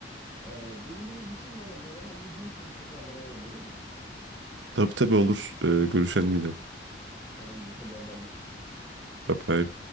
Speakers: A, on the left; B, on the right.
A: Ee, benim biraz işim var onları halledeyim sonra tekrardan ararım olur mu?
B: Tabii tabii olur. Ee, görüşelim yine.
A: Tamamdır hadi haberleşiriz.
B: Dabei